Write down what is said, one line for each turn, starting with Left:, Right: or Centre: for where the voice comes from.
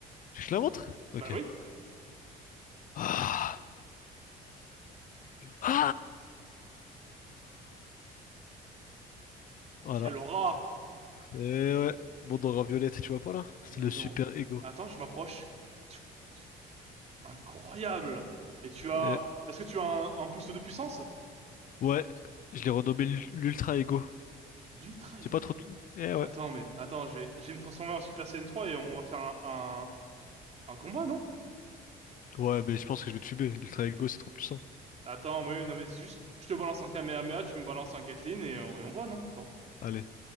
Left: Je te la montre?
Right: Bah
Left: Ok.
Right: oui.
Left: Ah! Ah Voilà.
Right: Quelle aura!
Left: Et ouais, bon dans Raviolette, tu vois pas là? C'est
Right: Mais
Left: le
Right: non.
Left: super ego.
Right: Attends, je m'approche. Tu- tu- Incroyable! Et tu as...
Left: Et
Right: Est-ce que tu as un, un boost de puissance?
Left: ouais, je l'ai renommé l'ul- l'ultra ego.
Right: L'Ultra
Left: J'ai
Right: Ego?
Left: pas trop. de- Eh ouais.
Right: Attends, mais... Attends, je vais, je vais me transformer en Super Saiyan 3 et on va faire un, un, un combat, non?
Left: Ouais, mais je pense que je vais te fumer. L'ultra ego, c'est trop puissant.
Right: Attends, oui, non, mais c'est juste... Je te balance un Kamehameha, tu me balances un Gatlin et, euh, et on voit, non? Attends.
Left: Allez,